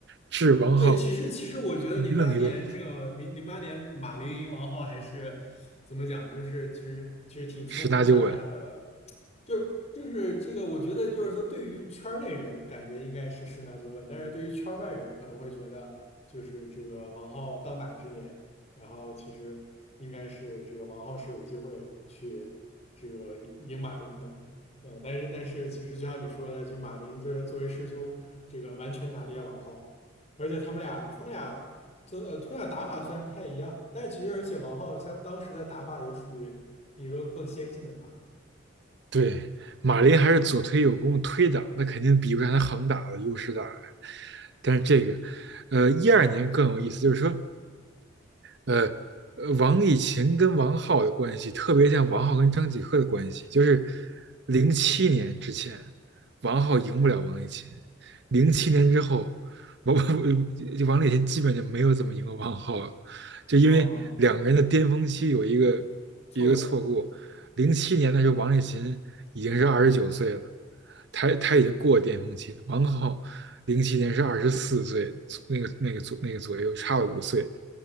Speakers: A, on the right; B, on the left.
A: 治王浩
B: 对，其实其实我觉得零八年这个零零八年马林赢王皓还是怎么讲，
A: 一愣一愣，
B: 就是其实其实挺出乎大家的
A: 十拿九稳。
B: 就是就是这个，我觉得就是说，对于圈儿内人，感觉应该是十那就问，但是对于圈儿外人，可能会觉得就是这个王浩当打之年，然后其实应该是这个王浩是有机会去这个赢赢马林的，呃，但是但是其实就像你说的，其实马林就是作为师兄，这个完全打脸王浩，而且他们俩他们俩这呃他们俩打法虽然不太一样，但其实而且王浩像当时的打法也属于一个更先进的打法。
A: 对，马林还是左推右攻推挡，那肯定比不上他横打的优势大呀。但是这个，呃，一二年更有意思，就是说呃，呃王以勤跟王浩的关系，特别像王浩跟张继科的关系，就是零七年之前，王浩赢不了王以勤，零七年之后，王 <laughs> 就王以勤基本就没有怎么赢过王浩了，就因为两个人的巅峰期有一个有一个错过，
B: 哦，错位，
A: 零七年的时候王以勤已经是二十九岁了，他他已经过巅峰期了，王浩零七年是二十四岁那个那个左那个左右差了五岁。